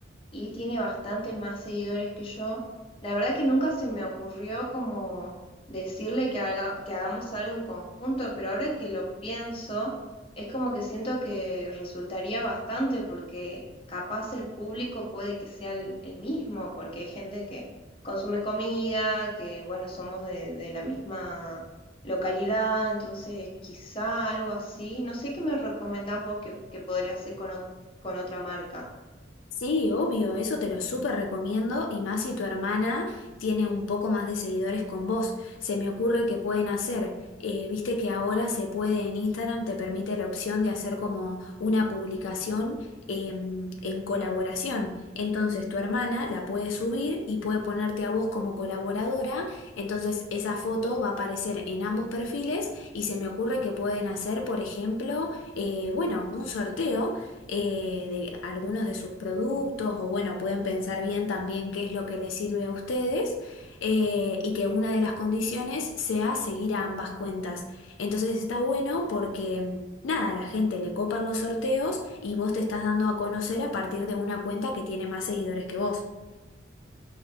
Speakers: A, on the left; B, on the left.
A: y tiene bastantes más seguidores que yo. La verdad que nunca se me ocurrió como decirle que haga- que hagamos algo en conjunto, pero ahora que lo pienso, es como que siento que resultaría bastante porque capaz el público puede que sea el, el mismo, porque hay gente que consume comida, que bueno, somos de, de la misma localidad, entonces quizá algo así. No sé qué me recomendás vos que, que podría hacer con, ot- con otra marca.
B: Sí, obvio, eso te lo súper recomiendo y más si tu hermana tiene un poco más de seguidores con vos. Se me ocurre que pueden hacer, eh, viste que ahora se puede en Instagram, te permite la opción de hacer como una publicación em, en colaboración. Entonces tu hermana la puede subir y puede ponerte a vos como colaboradora, entonces esa foto va a aparecer en ambos perfiles y se me ocurre que pueden hacer, por ejemplo, eh, bueno, un sorteo eh, de algunos de sus productos o bueno, pueden pensar bien también qué es lo que les sirve a ustedes eh, y que una de las condiciones sea seguir a ambas cuentas. Entonces está bueno porque mm, nada, a la gente le copan los sorteos y vos te estás dando a conocer a partir de una cuenta que tiene más seguidores que vos.